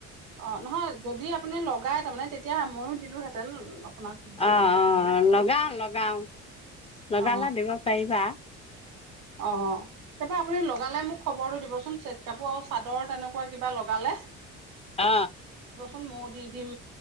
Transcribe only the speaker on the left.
অ
অ
লগাও লগাও লগালে
দিব পাৰিবা
অ